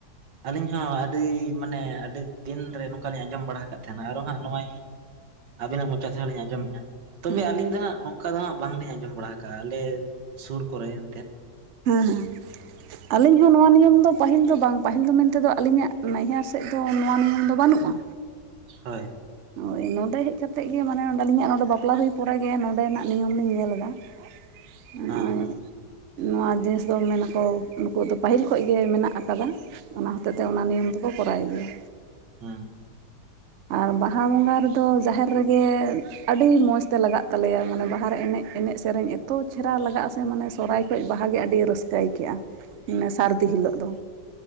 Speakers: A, on the right; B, on the right.
A: ᱟᱹᱞᱤᱧ ᱦᱚᱸ ᱟᱹᱰᱤ ᱢᱟᱱᱮ ᱟᱹᱰᱤ ᱫᱤᱱᱨᱮ ᱱᱚᱝᱠᱟᱞᱤᱧ ᱟᱸᱡᱚᱢ ᱵᱟᱲᱟ ᱟᱠᱟᱫ ᱛᱟᱦᱮᱱᱟ ᱟᱨᱚ ᱦᱟᱸᱜ ᱱᱚᱜᱼᱚᱭ ᱟᱹᱵᱤᱱᱟᱜ ᱢᱚᱪᱟ ᱪᱷᱟ ᱞᱤᱧ ᱟᱱᱡᱚᱢᱮᱫᱼᱟ, ᱛᱚᱵᱮ
B: ᱦᱩᱸ
A: ᱟᱹᱞᱤᱧ ᱫᱚ ᱦᱟᱸᱜ ᱱᱚᱝᱠᱟ ᱫᱚ ᱦᱟᱸᱜ ᱵᱟᱝᱞᱤᱧ ᱟᱸᱡᱚᱢ ᱵᱟᱲᱟ ᱟᱠᱟᱜᱼᱟ ᱟᱞᱮ ᱥᱩᱨ ᱠᱚᱨᱮ ᱮᱱᱛᱮᱫ᱾
B: ᱦᱮᱸ ᱦᱮᱸ ᱟᱞᱤᱧ ᱦᱚᱸ ᱱᱚᱣᱟ ᱱᱤᱭᱚᱢ ᱫᱚ ᱯᱟᱹᱦᱤᱞ ᱫᱚ ᱵᱟᱝ ᱯᱟᱹᱦᱤᱞ ᱫᱚ ᱢᱮᱱᱛᱮᱫᱚ ᱟᱹᱞᱤᱧᱟᱜ ᱱᱟᱹᱭᱦᱟᱨ ᱥᱮᱫ ᱫᱚ ᱱᱚᱣᱟ ᱱᱤᱭᱚᱢ ᱫᱚ ᱵᱟᱹᱱᱩᱜᱼᱟ᱾
A: ᱦᱳᱭ
B: ᱦᱳᱭ ᱱᱚᱸᱰᱮ ᱦᱮᱡ ᱠᱟᱛᱮᱡ ᱜᱮ ᱢᱟᱱᱮ ᱟᱹᱞᱤᱧᱟᱜ ᱱᱚᱰᱮ ᱵᱟᱯᱞᱟ ᱦᱩᱭ ᱯᱚᱨᱮᱜᱮ ᱱᱚᱸᱰᱮᱱᱟᱜ ᱱᱤᱭᱚᱢ ᱞᱤᱧ ᱧᱮᱞ ᱮᱫᱟ, ᱱᱚᱜᱼᱚᱸᱭ
A: ᱦᱮᱸ ᱦᱮᱸ
B: ᱱᱚᱣᱟ ᱡᱤᱱᱤᱥ ᱫᱚ ᱢᱮᱱᱟᱠᱚ ᱱᱩᱠᱩ ᱫᱚ ᱯᱟᱹᱦᱤᱞ ᱠᱷᱚᱡ ᱜᱮ ᱢᱮᱱᱟᱜ ᱟᱠᱟᱫᱟ ᱚᱱᱟ, ᱦᱚᱛᱮᱜ ᱛᱮ ᱚᱱᱟ ᱱᱤᱭᱚᱢ ᱫᱚ ᱠᱚ ᱠᱚᱨᱟᱭ ᱜᱮᱭᱟ᱾
A: ᱦᱮᱸ ᱦᱮᱸ
B: ᱟᱨ ᱵᱟᱦᱟ ᱵᱚᱸᱜᱟ ᱨᱮᱫᱚ ᱡᱟᱦᱮᱨ ᱨᱮᱜᱮ ᱟᱹᱰᱤ ᱢᱚᱡᱽ ᱛᱮ ᱞᱟᱜᱟᱜ ᱛᱟᱞᱮᱭᱟ ᱢᱟᱱᱮ ᱵᱟᱦᱟᱨᱮ ᱮᱱᱮᱡ ᱮᱱᱮᱡ ᱥᱮᱨᱮᱧ ᱮᱛᱚ ᱪᱮᱦᱨᱟ ᱞᱟᱜᱟᱼᱟ ᱥᱮ ᱢᱟᱱᱮ ᱥᱚᱨᱦᱟᱭ ᱠᱷᱚᱡ ᱵᱟᱦᱟ ᱜᱮ ᱟᱹᱰᱤ ᱨᱟᱹᱥᱠᱟᱹ ᱟᱹᱭᱠᱟᱹᱜᱼᱟ, ᱢᱮ ᱥᱟᱹᱨᱫᱤ ᱦᱤᱞᱳᱜ ᱫᱚ᱾